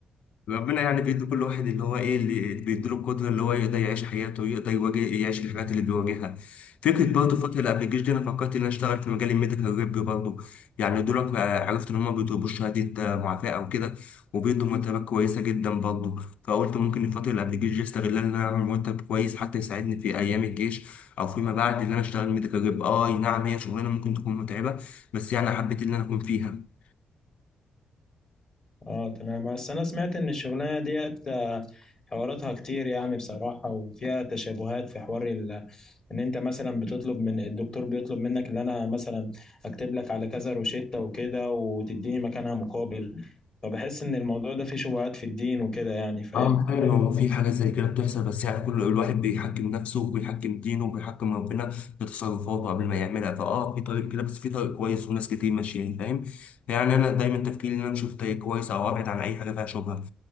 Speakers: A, on the left; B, on the left.
A: ربنا يعني بيدي كل واحد اللي هو ايه اللي بيدي له القدره اللي هو يقدر يعيش حياته ويقدر يواجه يعيش الحاجات اللي بيواجهها فكره برضه فتره قبل الجيش دي انا فكرت ان انا اشتغل في مجال الميديكال ريب برضه يعني دول عرفت ان هم بيطلبوا شهاده معافاه او كده وبيدوا مرتبات كويسه جدا برضه فقلت ممكن الفتره اللي قبل الجيش دي استغلها ان انا اعمل مرتب كويس حتى يساعدني في ايام الجيش او فيما بعد ان انا اشتغل ميديكال ريب اه نعم هي شغلانه ممكن تكون متعبه بس يعني حبيت ان انا اكون فيها
B: اه تمام بس انا سمعت ان الشغلانه ديت آه، حواراتها كتير يعني بصراحه وفيها تشابهات في حوار ال- ان انت مثلا بتطلب من الدكتور بيطلب منك ان انا مثلا اكتب لك على كذا روشته وكده وتديني مكانها مقابل فبحس ان الموضوع ده فيه شبهات في الدين وكده يعني فاهم
A: اه فعلا هو في حاجات زي كده بتحصل بس يعني كل الواحد بيحكم نفسه وبيحكم دينه وبيحكم ربنا في تصرفاته قبل ما يعملها فاه في طريق كده بس في طريق كويس وناس كتير ماشيين فاهم يعني انا دايما تفكيري ان انا اشوف طريق كويس او ابعد عن اي حاجه فيها شبهه